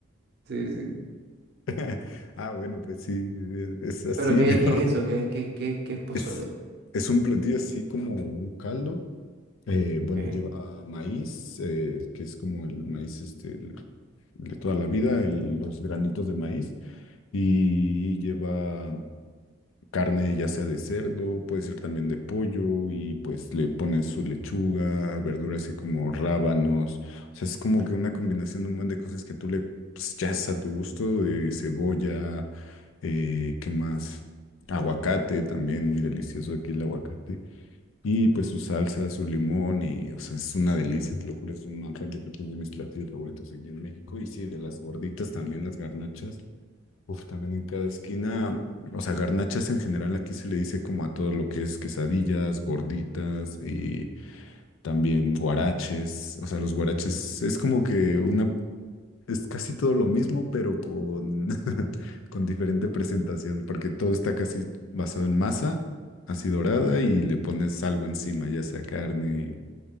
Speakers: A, on the right; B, on the left.
A: sí. sí.
B: <laughs> Ah, bueno, pues sí, es así,
A: ¿Pero qué
B: <laughs> pero
A: es, qué es eso? ¿Qué es, qué, qué, qué es pozole?
B: es, es un platillo así como un caldo Eh, bueno,
A: okay
B: lleva maíz, eh, que es como el maíz este, el- de toda la vida, el- los granitos de maíz, y lleva carne ya sea de cerdo, puede ser también de pollo, y pues le ponen su lechuga, verduras así como rábanos, o sea, es como que una combinación de un montón de cosas que tú le pues, ya es a tu gusto, de cebolla, eh, ¿qué más? Aguacate también, muy delicioso aquí el aguacate. Y pues su salsa, su limón y, o sea, es una delicia, te lo juro, es una realmente es de mis platillos favoritos aquí en México. Y sí, de las gorditas también, las garnachas. Uf, también en cada esquina, o sea, garnachas en general aquí se le dice como a todo lo que es quesadillas, gorditas y también guaraches. O sea, los guaraches es como que una es casi todo lo mismo, pero con, <laughs> con diferente presentación, porque todo está casi basado en masa, así dorada, y le pones algo encima, ya sea carne,